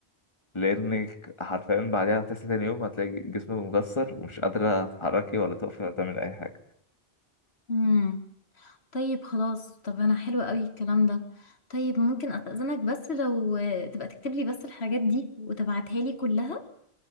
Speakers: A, on the left; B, on the left.
A: لانك حرفيا بعدها هتحسي تاني يوم هتلاقي جسمك مكسر ومش قادره تتحركي ولا تقفي ولا تعملي اي حاجه
B: امم طيب خلاص طب انا حلو قوي الكلام ده طيب ممكن استأذنك بس لو آه، تبقى تكتب لي بس الحاجات دي وتبعتها لي كلها